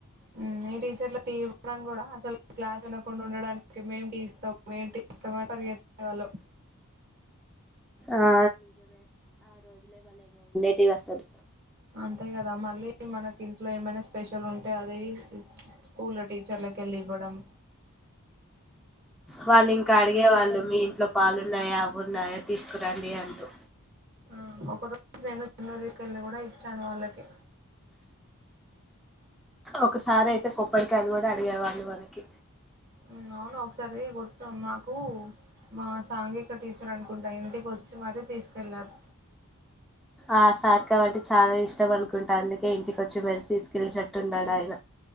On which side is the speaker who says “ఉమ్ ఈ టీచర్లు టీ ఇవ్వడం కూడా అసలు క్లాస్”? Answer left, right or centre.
Right